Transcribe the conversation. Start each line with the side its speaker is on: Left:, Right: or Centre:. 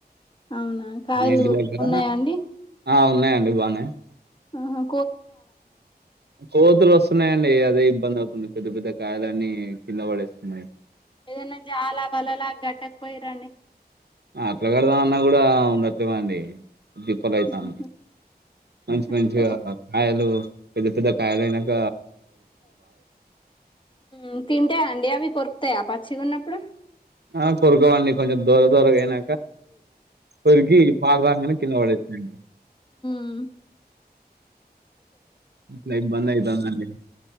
Left: అవునా కాయలు
Right: మా ఇంటి దగ్గర
Left: ఉన్నాయా అండి
Right: ఆ ఉన్నాయండి బానే
Left: ఆహ
Right: కోతులు వస్తున్నాయండి అదే ఇబ్బంది అవుతుంది పెద్ద పెద్ద కాయలన్నీ కింద పడేస్తున్నాయి
Left: ఏదనా జాలా బల్లలా గట్టక పోయార అండి
Right: అట్లా కడదామన్నా కూడా ఉండట్లేదండి దిప్పలు అయితాంది
Left: ఉహు,
Right: మంచి
Left: అయ్యో
Right: మంచిగా కాయలు పెద్ద పెద్ద కాయలయినాక
Left: మ్ తింటా అండి అవి కొరుకుతాయా పచ్చిగా ఉన్నప్పుడు
Right: ఆ కొరకోవండి కొంచెం దోర దోరగ అయిన కొరికి పాల్ రాగనే కింద పడేస్తాయి
Left: మ్
Right: లైఫ్ ఇబ్బందయితాంది అండి